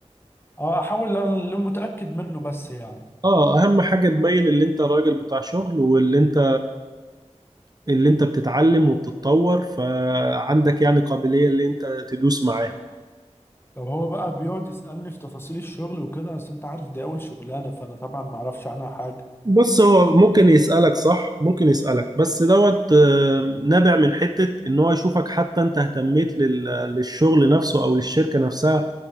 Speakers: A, on the left; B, on the right.
A: اه احاول انا اللي متأكد منه بس يعني
B: اه اهم حاجه تبين اللي انت راجل بتاع شغل واللي انت اللي انت بتتعلم وبتتطور فعندك يعني قابليه اللي انت تدوس معاهم
A: طب هو بقى بيقعد يسألني في تفاصيل الشغل وكده بس انت عارف دي اول شغلانة فانا طبعا ما اعرفش عنها حاجة
B: بص هو ممكن يسألك صح ممكن يسألك بس دوت آه، نابع من حتة ان هو يشوفك حتى انت اهتميت لل- للشغل نفسه او للشركة نفسها